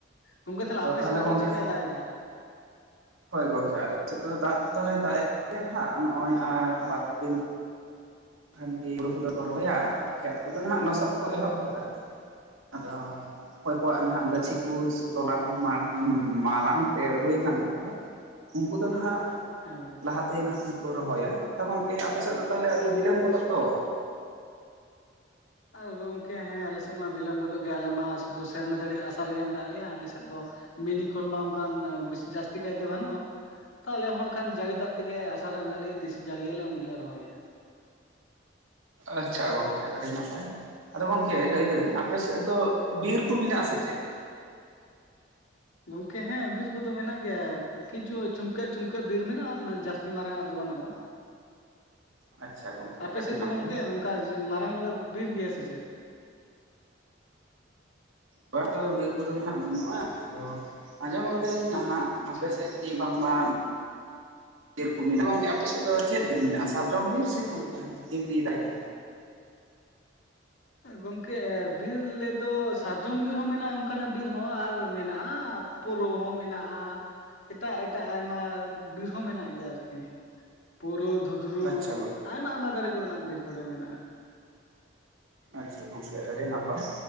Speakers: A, on the left; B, on the right.
A: ᱜᱚᱢᱠᱮ
B: ᱟᱫᱚ
A: ᱛᱟᱦᱚᱞᱮ ᱟᱯᱮ ᱥᱮᱫ
B: ᱜᱚᱝᱠᱮ
A: ᱫᱚ ᱪᱮᱫ ᱞᱮᱠᱟᱭ ᱫᱟᱜ ᱮᱫ-ᱟ
B: ᱦᱳᱭ ᱜᱚᱢᱠᱮ ᱟᱞᱮ ᱥᱮᱫ ᱫᱚ ᱫᱟᱜ ᱫᱚᱭ ᱫᱟᱜ ᱜᱮᱭᱟ ᱦᱟᱸᱜ ᱱᱚᱜᱼᱚᱭ ᱟᱨ ᱵᱟᱨ ᱯᱮ ᱫᱤᱱ ᱠᱷᱟᱱ ᱜᱮ ᱦᱩᱲᱩ ᱠᱚᱫᱚ ᱠᱚ ᱨᱚᱦᱚᱭᱟ ᱠᱷᱮᱛ ᱠᱚᱫᱚ ᱦᱟᱸᱜ ᱞᱚᱥᱚᱫ ᱠᱚ ᱮᱦᱚᱵ ᱟᱠᱟᱫᱟ ᱟᱫᱚᱼᱼ ᱚᱠᱚᱭ ᱠᱚᱣᱟᱜ ᱱᱟᱦᱟᱜ ᱜᱟᱹᱪᱷᱤ ᱠᱚ ᱥᱮ ᱛᱚᱞᱟ ᱠᱚ ᱢᱟᱲᱟᱝ ᱛᱮ ᱦᱩᱭ ᱟᱠᱟᱱ ᱛᱟᱠᱚᱣᱟ ᱩᱱᱠᱩ ᱫᱚ ᱱᱟᱦᱟᱜ
A: ᱦᱮᱸ ᱜᱚᱢᱠᱮ,
B: ᱞᱟᱦᱟ ᱛᱮ ᱱᱟᱦᱟᱜ ᱜᱮ ᱠᱚ ᱨᱚᱦᱚᱭᱟ ᱟᱫᱚ ᱜᱚᱝᱠᱮ ᱟᱯᱮ ᱥᱮᱫ ᱫᱚ ᱛᱟᱦᱚᱞᱮ ᱟᱹᱰᱤ ᱵᱤᱞᱚᱢ ᱜᱚᱫᱚᱜ ᱫᱚ
A: ᱟᱨ ᱜᱚᱢᱠᱮ ᱦᱮᱸ ᱟᱞᱮ ᱥᱮᱫ ᱢᱟ ᱵᱤᱞᱚᱢ ᱜᱚᱫᱚᱜ ᱜᱮᱭᱟ ᱟᱞᱮ ᱢᱟ ᱥᱩᱫᱩ ᱥᱮᱨᱢᱟ ᱡᱟᱹᱲᱤ ᱟᱥᱟ ᱨᱮᱜᱮ ᱢᱮᱱᱟᱜ ᱞᱮᱭᱟ ᱟᱞᱮ ᱥᱮᱫ ᱫᱚ ᱢᱤᱱᱤ ᱠᱚᱞ ᱢᱟ ᱚᱱᱠᱟᱱ ᱵᱤᱥᱤ ᱡᱟᱹᱥᱛᱤ ᱠᱟᱭ ᱛᱮ ᱵᱟᱹᱱᱩᱜᱼᱟ ᱛᱚ ᱟᱞᱮ ᱦᱚᱸ ᱟᱸᱠᱷᱟᱱ ᱡᱟᱹᱲᱤ ᱫᱟᱜ ᱛᱮ ᱜᱮ ᱟᱥᱟ ᱨᱮ ᱢᱮᱱᱟᱜ ᱞᱮᱭᱟ ᱛᱤᱥᱮ ᱡᱟᱹᱲᱤᱭᱟᱞᱮ ᱩᱱ ᱜᱮᱞᱮ ᱨᱚᱦᱚᱭᱟ
B: ᱟᱪᱪᱷᱟ ᱜᱚᱝᱠᱮ ᱟᱹᱰᱤ ᱱᱟᱯᱟᱭ ᱟᱫᱚ ᱜᱚᱝᱠᱮ ᱞᱟᱹᱭ ᱫᱟᱹᱧ ᱟᱯᱮ ᱥᱮᱫ ᱫᱚᱼᱼ ᱵᱤᱨ ᱠᱚ ᱢᱮᱱᱟᱜ-ᱟ ᱟᱥᱮ ᱪᱮᱫ?
A: ᱜᱚᱢᱠᱮ ᱦᱮᱸ ᱵᱤᱨ ᱠᱚᱫᱚ ᱢᱮᱱᱟᱜ ᱜᱮᱭᱟ, ᱠᱤᱪᱷᱩ ᱪᱷᱩᱢᱠᱟᱹᱜ ᱪᱩᱢᱠᱟᱹᱜ ᱵᱤᱨ ᱢᱮᱱᱟᱜᱼᱟ ᱟᱨ ᱚᱱᱟ ᱡᱟᱥ ᱛᱤ ᱢᱟᱨᱟᱝ-ᱟᱜ ᱫᱚ ᱵᱟᱹᱱᱩᱜᱼᱟ,
B: ᱟᱪᱪᱷᱟ ᱜᱚᱝᱠᱮ
A: ᱟᱯᱮ
B: ᱟᱹᱰᱤ
A: ᱥᱮᱫ
B: ᱱᱟᱯᱟᱭ
A: ᱫᱚ ᱜᱚᱢᱠᱮ? ᱠᱟᱡᱽ ᱢᱟᱨᱟᱝ ᱧᱚᱜ-ᱟᱜ ᱵᱤᱨ ᱜᱮᱭᱟ ᱥᱮ ᱪᱮᱫ?
B: ᱵᱟ ᱟᱫᱚ ᱵᱤᱨ ᱠᱚᱫᱚ ᱱᱟᱦᱟᱜ ᱵᱟᱹᱱᱩᱜᱼᱟ, ᱟᱫᱚ ᱟᱸᱡᱚᱢ ᱠᱟᱹᱫᱟᱹᱧ ᱱᱟᱦᱟᱜ
A: ᱟᱪᱪᱷᱟ
B: ᱟᱯᱮ ᱥᱮᱡ ᱡᱮ ᱵᱟᱝᱢᱟ ᱵᱤᱨ ᱠᱚ ᱢᱮᱱᱟᱜ, ᱜᱚᱝᱠᱮ ᱟᱯᱮ ᱥᱮᱫ ᱫᱚ ᱪᱮᱫ ᱵᱤᱨ ᱢᱮᱱᱟᱜᱼᱟ
A: ᱟᱪᱪᱷᱟ
B: ᱥᱟᱨᱡᱚᱢ ᱵᱤᱨ ᱥᱮ ᱱᱚᱝᱠᱟᱱ ᱮᱢᱱᱤ ᱫᱟᱨᱮ ᱠᱚ?
A: ᱜᱚᱝᱠᱮ ᱵᱤᱨ ᱞᱟᱹᱭ ᱫᱚ ᱥᱟᱨᱡᱚᱢ ᱵᱤᱨ ᱦᱚᱸ ᱢᱮᱱᱟᱜᱼᱟ ᱚᱱᱠᱟᱱᱟᱜ ᱵᱤᱨ ᱦᱚᱸ ᱟᱨ ᱢᱮᱱᱟᱜᱼᱟ ᱯᱳᱨᱳ ᱦᱚᱸ ᱢᱮᱱᱟᱜᱼᱟ, ᱮᱴᱟᱜ ᱮᱴᱟᱜ ᱟᱭᱢᱟ ᱵᱤᱨ ᱦᱚᱸ ᱢᱮᱱᱟᱜ ᱜᱮᱭᱟ ᱟᱨᱠᱤ ᱾ ᱯᱳᱨᱳ, ᱫᱷᱩᱫᱽᱨᱩ
B: ᱟᱪᱪᱷᱟ ᱜᱚᱝ
A: ᱟᱭᱢᱟ ᱟᱭᱢᱟ ᱫᱟᱨᱮ ᱠᱚ ᱨᱮᱱᱟᱜ ᱵᱤᱨ ᱠᱚᱜᱮ ᱢᱮᱱᱟᱜᱼᱟ᱾
B: ᱟᱪᱪᱷᱟ ᱜᱚᱝᱠᱮ ᱟᱹᱰᱤ ᱱᱟᱯᱟᱭ,